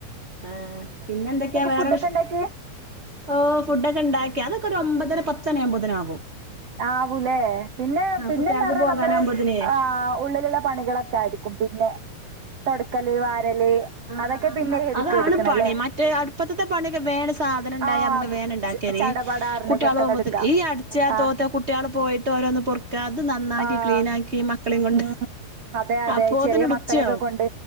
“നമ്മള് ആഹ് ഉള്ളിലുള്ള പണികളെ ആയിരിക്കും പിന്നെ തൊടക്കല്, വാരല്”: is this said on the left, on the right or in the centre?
Right